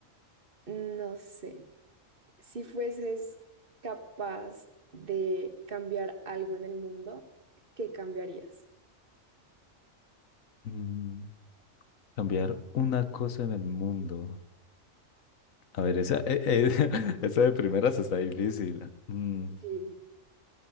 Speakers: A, on the right; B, on the left.
A: no sé. Si fueses capaz de cambiar algo en el mundo, ¿qué cambiarías?
B: Mm, cambiar una cosa en el mundo. A ver, esa, eh, eh, <laughs> esa de primeras está difícil. Mm,
A: Sí,